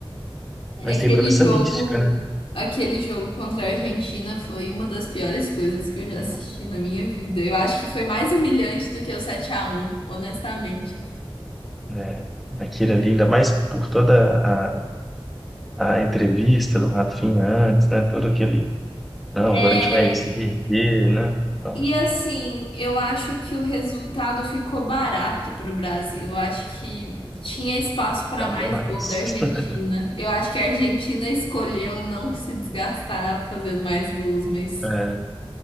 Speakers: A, on the left; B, in the centre.
A: É
B: Mas
A: que
B: tem
A: Aquele
B: toda essa
A: jogo,
B: mística, né?
A: aquele jogo contra a Argentina foi uma das piores coisas que eu já
B: Não,
A: assisti na minha vida. Eu acho que foi mais humilhante do que o sete a um, honestamente.
B: né? Aquilo ali, ainda mais por toda a, a entrevista do Rafinha antes, né? Todo aquele, não,
A: É,
B: agora a gente vai se reerguer, né? Então,
A: E assim, eu acho que o resultado ficou barato pro Brasil. Eu acho que tinha espaço para
B: cabia
A: mais
B: mais.
A: gol da Argentina.
B: <laughs>
A: Eu acho que a Argentina escolheu não se desgastar fazendo mais gols, mas.
B: É,